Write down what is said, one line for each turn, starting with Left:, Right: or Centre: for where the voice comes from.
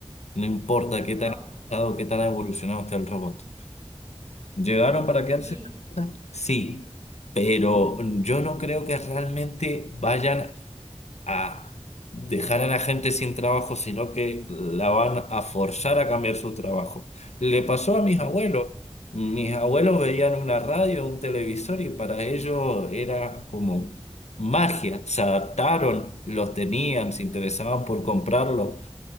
Left: No importa qué
Right: No,
Left: tan avanzado, qué
Right: ujú,
Left: tan evolucionado esté el robot. ¿Llegaron para quedarse?
Right: sí,
Left: Sí, pero yo no creo que realmente vayan a dejar a la gente sin trabajo, sino que la van a forzar a cambiar su trabajo. Le pasó a mis abuelos.
Right: ujú.
Left: Mis abuelos veían una radio, un televisor y para ellos era como magia. Se adaptaron, los tenían, se interesaban por comprarlos,